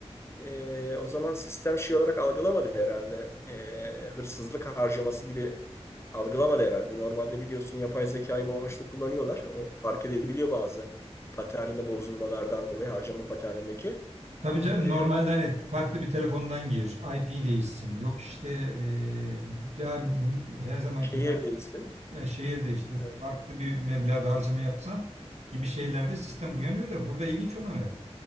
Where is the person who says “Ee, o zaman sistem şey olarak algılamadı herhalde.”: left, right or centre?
Left